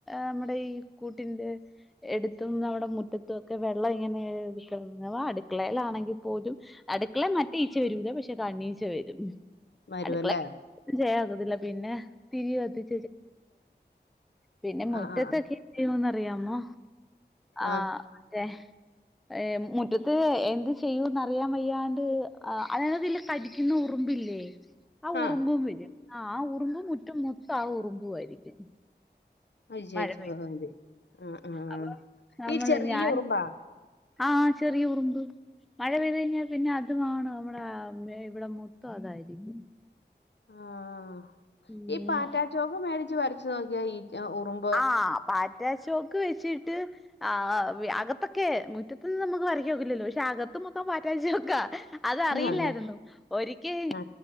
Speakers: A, in the centre; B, on the left.
A: നമ്മുടെ ഈ കൂട്ടിന്റെ എടുത്തും നമ്മുടെ മുറ്റത്തും ഒക്കെ വെള്ളം ഇങ്ങനെ എക്ക അടുക്കളയിലാണെങ്കിൽ പോലും അടുക്കള മറ്റേഈച്ച വരൂലപക്ഷെ കണ്ണീച്ച വരും
B: വരുവല്ലേ
A: അടുക്കളയിൽ മറ്റെ ഈച്ച വരത്തില്ലക് പിന്നെ തികത്തിച്ച് <unintelligible> പിന്നെ മുറ്റത്തൊക്കെ
B: ആഹ് ആഹ്
A: എന്ത്ചെയ്യോന്ന് അറിയാമോ ആഹ
B: ആഹ്
A: മറ്റെ ഏഹ മുറ്റത്ത് എന്ത് ചെയ്യൂന്നറിയാൻ വയ്യാണ്ട് അതാണ്തില് കടിക്കുന്ന ഉറുമ്പില്ലേ ആ ഉറുമ്പും
B: ആഹ് ആഹ്
A: വരും ആ ഹആ ഉറുമ്പും മുറ്റം മൊത്തം ആ ഉറുമ്പു ആയിരിക്കും
B: അയ്യയ്യോ
A: മഴ പെയ
B: അതെ ആഹ് ആഹ്
A: അപ്പൊ നമ്മള്
B: ഈ ചെറിയ
A: ഞാൻ
B: ഉറുമ്പാ
A: ആഹ ചെറിയ ഉറുമ്പ് മഴ പെയ്തു കഴിഞ്ഞാൽ പിന്നെ അതുമാണ് നമ്മടെ ഇവിടെ മൊത്തം അതായിരിക്കും
B: ആഹ
A: ഉം
B: ഈ പാറ്റാച്ചോക്ക് മേടിച്ച് വരച്ച് നോക്കിയാ ഈ ഉറുമ്പ്
A: ആഹ പാറ്റാച്ചോക്ക് വെച്ചിട്ട് ആഹ് ആഹ് അകത്തൊക്കെ മുറ്റത്ത് നിന്ന് നമുക്ക് വരയ്ക്കാൻ ഒക്കില്ലല്ലോ പക്ഷെ അക ത്ത് മൊത്തം <unintelligible> അത് അറിയില്ലായിരുന്നു
B: അതെ
A: ഒരിക്കെ
B: ആ